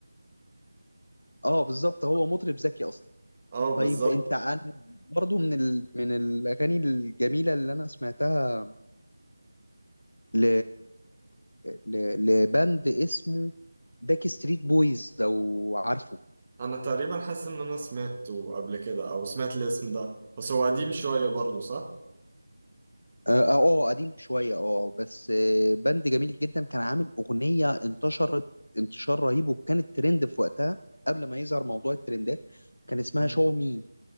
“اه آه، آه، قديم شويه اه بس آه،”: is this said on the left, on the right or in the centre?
Left